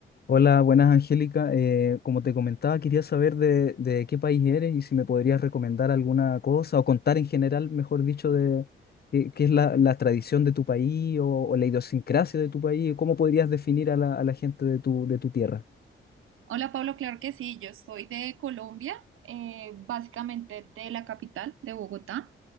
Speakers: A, on the left; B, on the right.
A: Hola, buenas Angélica. Eh, como te comentaba, quería saber de, de qué país eres y si me podrías recomendar alguna cosa o contar en general, mejor dicho, de qué, qué es la, la tradición de tu país o, o la idiosincrasia de tu país, y cómo podrías definir a la, a la gente de tu, de tu tierra.
B: Hola Pablo, claro que sí, yo soy de Colombia, eh, básicamente de la capital, de Bogotá.